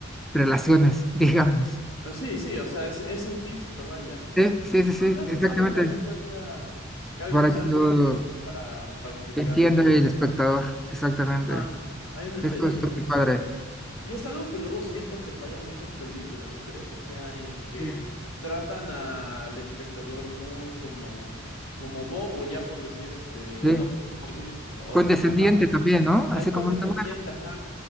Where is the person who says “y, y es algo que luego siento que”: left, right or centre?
Left